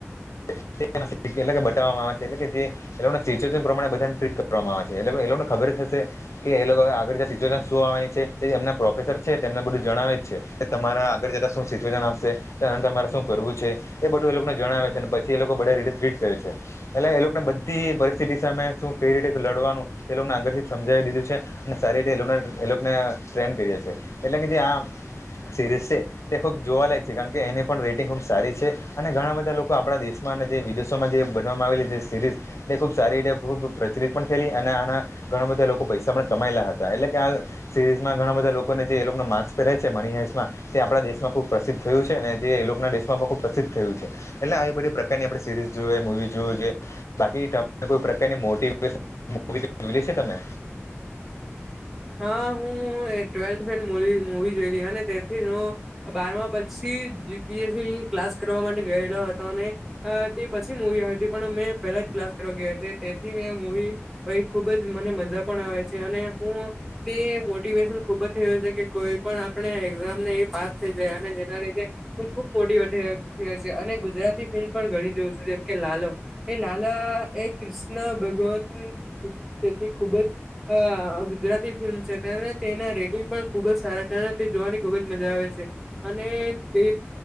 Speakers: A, on the left; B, in the centre.
A: એટલે બતાવવામાં આવે છે એટલે કે જે એ લોકો સિચ્યુશન પ્રમાણે બધાને ટ્રીટ કરવામાં આવે છે એટલે એ લોકોને ખબર જ હશે કે એ લોકો આગળ સો આવે છે એમના પ્રોફેસર છે તેમને બધું જણાવે છે. કે તમારા આગળ જરા શું સિચ્યુએશન આવશે તોને તમારે શું કરવું છે એ બધું એ લોકોને જણાવે છે અને પછી એ લોકો બધ રીતે ટ્રીટ કરે છે. એટલે એ લોકોને બધી પરિસ્થિતિ સામે શું કેવી રીતે લડવાનું એ લોકોને આગળથી સમજાવી દીધું છે. સારી રીતે એને ટ્રેન કરીયા છે એટલે કે જે આ સિરીઝ છે તે ખુબ જોવાલાયક છે કારણ કે એને પણ રેટિંગ ખુબ સારી છે અને ઘણા બધા લોકો આપડા દેશ જે વિદેશોમાં જે બનવામાં આવેલી જે સિરીઝ તે ખુબ સારી રીતે ખૂબ પ્રચલિત પણ થયેલી અને આના ઘણા બધા લોકો પૈસા પણ કમાયેલા હતા એટલે કે આ સિરીઝ માં ઘણા બધા લોકોને જે એ લોકો ન માર્ક્સ પહેરે છે મનીહાઈટ્સ માં તે આપણા દેશમાં ખુબ પ્રસિદ્ધ થયું છે અને જે એ લોકો ના દેશ માં પણ ખુબ પ્રસિદ્ધ થયું છેટલે આવી બધી આપણે સરીઝ જોઈએ મુવીઝ જોવી જોઈએ. બાકી તમે કોઈ પ્રકારની મોટીવેશન મુવી જોયેલી છે તમે?
B: હા હું ટ્વેલ્થ મુવી જોયલી અને તેથી બારમા પછી જીપીએસસી ક્લાસ કરવા માટે ગયેલો હતો અને તે પછી મુવી હતી પણ મેં પહેલા જ ક્લાસ કરવા ગયો હતો તેથી મેં મુવી ભાઈ ખુબ જ મને મજા પણ આવે છે અને હું તે મોટિવેશન ખુબ જ થયું છે કે કોઈ પણ આપણે એક્ઝામને એ પાસ થઈ જાય અને જેના લીધે ખુબ મોટીવેશન છે અને ગુજરાતી ફિલ્મ પણ ઘણી જેવું છે જેમ કે લાલો એ લાલા એ કૃષ્ણ ભગવાનની છે તે ખૂબ જ હા ગુજરાતી ફિલ્મ છે તેના રેટિંગ પણ ખુબ જ સારા છે, તે જોવાની ખુબ જ મજા આવે છે. અને તે